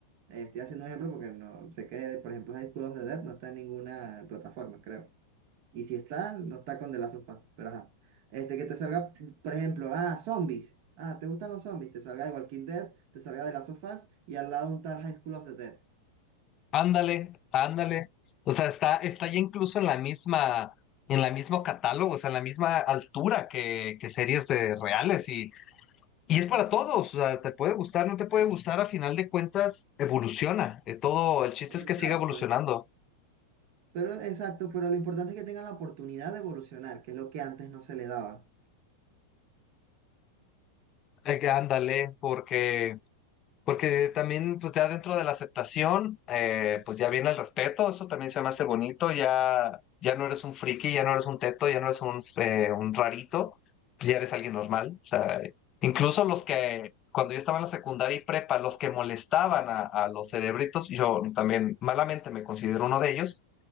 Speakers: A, on the right; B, on the left.
A: eh, estoy haciendo un ejemplo porque no sé que, por ejemplo, High School of the Dead no está en ninguna plataforma, creo. Y si está, no está con de la sofá Pero ajá. Este, que te salga, por ejemplo, ah, zombies. Ah, ¿te gustan los zombies? Te salga de Walking Dead, te salga de las of Us y al lado un tal High School of the Dead.
B: Ándale, ándale. O sea, está, está ya incluso en la misma, en la mismo catálogo, o sea, en la misma altura que, que series de reales y, y es para todos. O sea, te puede gustar, no te puede gustar, a final de cuentas evoluciona. eh, todo, el chiste
A: Exacto.
B: es que siga evolucionando.
A: Pero, exacto, pero lo importante es que tengan la oportunidad de evolucionar, que es lo que antes no se le daba.
B: Eh, ándale, porque Porque también, pues ya dentro de la aceptación, eh, pues ya viene el respeto, eso también se me hace bonito, ya, ya no eres un friki, ya no eres un teto, ya no eres un, eh, un rarito, pues, ya eres alguien normal. O sea, incluso los que, cuando yo estaba en la secundaria y prepa, los que molestaban a, a los cerebritos, yo también malamente me considero uno de ellos,